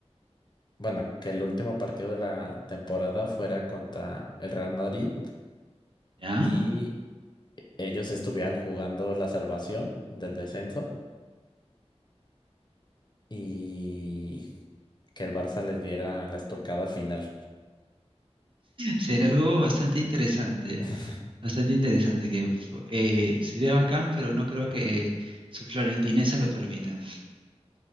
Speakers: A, on the left; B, on the right.
A: Bueno, que el último partido de la temporada fuera contra el Real Madrid
B: ¿Ya?
A: y ellos estuvieran jugando la salvación del descenso y que el Barça les diera la estocada final.
B: Sería algo bastante interesante.
A: <laughs>
B: Bastante interesante. Que eh, sería bacán, pero no creo que su florentinesa lo permita.